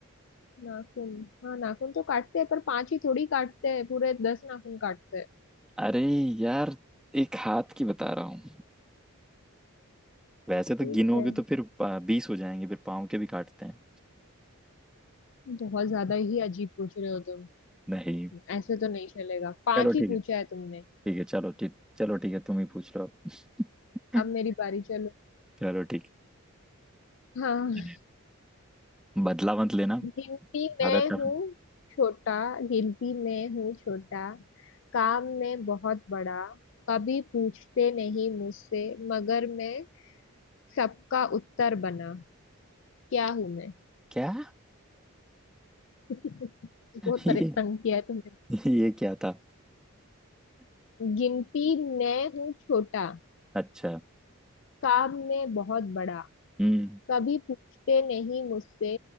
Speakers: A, on the left (about 55°); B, in the centre.
A: नाखून हाँ नाखून तो काटते हैं पर पांच ही थोड़ी काटते हैं पूरे दस नाखून काटते हैं
B: अरे यार एक हाथ की बता रहा हूँ वैसे तो
A: ठीक
B: गिनोगे
A: है
B: तो फिर बीस हो जाएंगे फिर पाँव के भी काटते हैं
A: बहुत ज्यादा ही अजीब पूछ रहे हो तुम
B: नहीं
A: ऐसे तो नहीं चलेगा पांच
B: चलो
A: ही
B: ठीक है
A: पूछा है तुमने
B: ठीक है चलो ठीक चलो ठीक है तुम ही पूछ लो <laughs>
A: अब मेरी बारी चलो
B: चलो ठीक
A: हाँ
B: है। बदला मत लेना
A: गिनती
B: ज्यादा
A: में
B: टफ
A: हूँ छोटा गिनती में हूँ छोटा काम में बहुत बड़ा कभी पूछते नहीं मुझसे मगर मैं सबका उत्तर बना क्या हूं मैं
B: क्या
A: <laughs>
B: <laughs>
A: बहुत परे-
B: ये
A: तंग किया है तुमने
B: <laughs> ये क्या था
A: गिनती मैं हूँ छोटा
B: अच्छा
A: काम में बहुत बड़ा
B: हम्म
A: कभी पूछते नहीं मुझसे